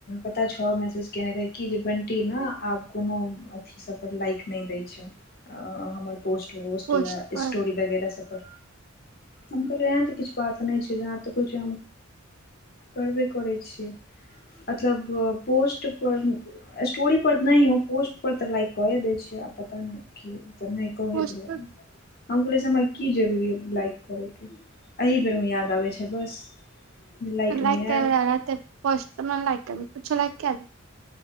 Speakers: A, on the left; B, on the right.
A: पता छौ मैसेज केने रहै कि जे बंटी ने आब कोनो अथी सभ पर लाइक नहि दै छै हमर पोस्ट वोस्ट
B: पोस्ट
A: या
B: पर
A: स्टोरी लगैने छथि हम कहलिये एहन तऽ किछु बात नहि छै यहाँ तऽ कुछ करबे करैत छियै मतलब पोस्ट पर स्टोरी पर नहि पोस्ट पर त लाइक करे दे छै आ पता नहि कहैत
B: पोस्ट
A: रहै
B: पर
A: हम कहुलै छी हमरा की जरूरी लाइक करैके एहि बेरमे याद आबै छै बस जे
B: लाइक
A: नहि
B: करै
A: आयल
B: बला रहतै पोस्ट तब लायकी पूछो लैक कल